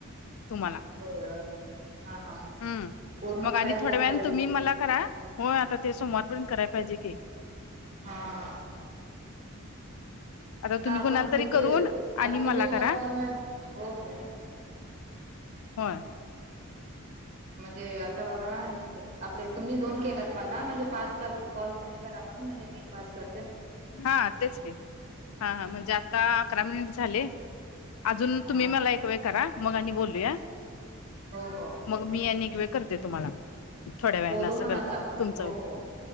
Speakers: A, on the left; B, on the right.
A: तुम्हाला.
B: हो हा हा
A: हम्म.
B: पूर्ण
A: मग
B: करायचं
A: आणि थोड्या
B: आपल्याला
A: वेळाने तुम्ही
B: बि
A: मला करा. होय आता ते सोमवार पर्यंत कराय पाहिजे की
B: हा
A: आता तुम्ही
B: आपण
A: कुणाल तरी
B: किती
A: करून
B: आता
A: आणि मला
B: तुम्ही
A: करा
B: दोन वेळा हो हो
A: होय
B: म्हणजे आता बघा आपले तुम्ही दोन केलात मला म्हणजे पाच साल कॉल तुम्ही करा म्हन म्हनजे मी पाच् कर
A: हा तेच की हा हा म्हणजे आता अकरा मिनिट झाले अजून
B: हा
A: तुम्ही मला एक वेळ करा मग आणि बोलूया.
B: हो हो.
A: मग मी अनेक वेळ करते तुम्हाला थोड्या वेळने
B: बोलू
A: असं
B: म्हणा
A: करते
B: आज आपण
A: तुमचं
B: हो हो